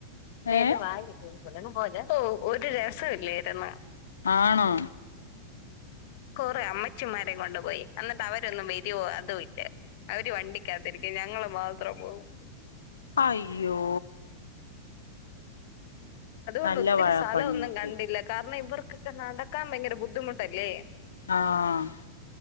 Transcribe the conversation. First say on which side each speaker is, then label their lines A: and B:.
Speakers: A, on the left; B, on the left.
A: നേന്റെ
B: ഏ
A: വാങ്ങി പോ ങ്ങും പോകല്ലേ ഓ ഒരു രസേ ല്ലേര്ന്നു
B: ആണോ
A: കൊറേ അമ്മച്ചിമാരെ കൊണ്ടുപോയി എന്നിട്ട് അവരൊന്നും വരോ അതു ല്ല. അവര് വണ്ടിക്കത്തിരിക്കും ഞങ്ങള് മാത്രം പോവും.
B: അയ്യോ
A: അതൊള്ളു
B: നല്ല
A: ഒത്തിരി
B: മഴ
A: സ്ഥലൊന്നും
B: പണികിട്ടി
A: കണ്ടില്ല കാരണം ഇവർക്കൊക്കെ നടക്കാൻ ഭയങ്കര ബുദ്ധിമുട്ടല്ലേ
B: ആഹ്